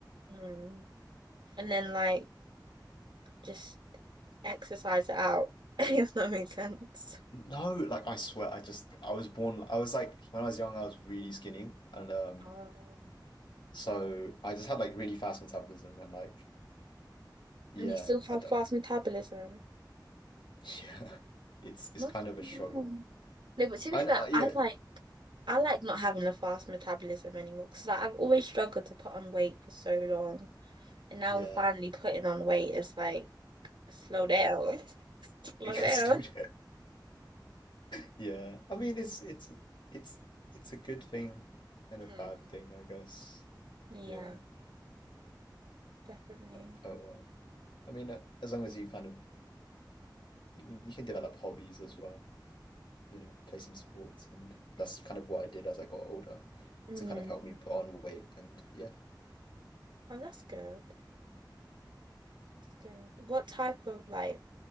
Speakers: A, on the right; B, on the left.
A: Mm. And then like just exercise it out, <laughs> if that makes sense.
B: No, like I swear, I just I was born. I was like when I was young, I was really skinny, and um,
A: Um,
B: so I just had like really fast metabolism, and like yeah,
A: and you still have
B: I don't.
A: fast metabolism.
B: <laughs> Yeah, it's it's
A: Must
B: kind
A: be
B: of
A: nice.
B: a struggle.
A: No, but to
B: I
A: be fair,
B: know, uh, yeah,
A: I like I like not having a fast metabolism anymore because like, I've always struggled to put on weight for so long, and now
B: yeah.
A: I'm finally putting on weight. It's like slow down, <laughs>
B: <laughs>
A: slow
B: I guess
A: down.
B: don't- <laughs> Yeah, I mean it's it's it's it's a good thing and
A: Mm.
B: a bad thing, I guess.
A: Yeah,
B: Yeah.
A: definitely.
B: Oh well. I mean, uh, as long as you kind of you you can develop hobbies as well. you know, play some sports. And that's kind of what I did as I got older
A: Mm.
B: to kind of help me put on weight. And yeah.
A: Oh, that's good. That's good. What type of like